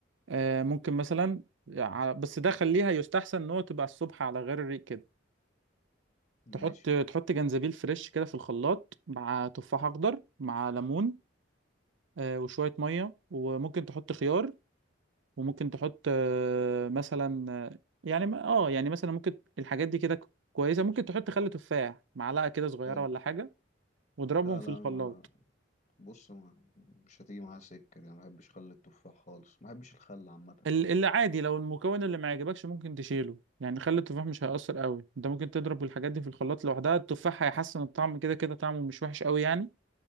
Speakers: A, on the right (about 80°); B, on the left (about 40°).
A: آه، ممكن مثلا ع- بس ده خليها يستحسن ان هو تبقى الصبح على غير الريق كده
B: ماشي
A: تحط تحط جنزبيل فريش كده في الخلاط مع تفاح اخضر مع ليمون آه، وشوية مية وممكن تحط خيار وممكن تحط آه، مثلا آه، يعني ما- اه يعني مثلا ممكن الحاجات دي كده كويسه ممكن تحط خل تفاح معلقه كده صغيره
B: حلو
A: ولا حاجه واضربهم
B: لا
A: في
B: لا
A: الخلاط
B: ما بص ما مش هتيجي معايا سكة دي أنا ما بحبش خل التفاح خالص ما بحبش الخل عامة
A: ال- اللي عادي لو المكون اللي ما عجبكش ممكن تشيله يعني خل التفاح مش هيأثر قوي انت ممكن تضرب الحاجات دي في الخلاط لوحدها التفاح هيحسن الطعم كده كده طعمه مش وحش قوي يعني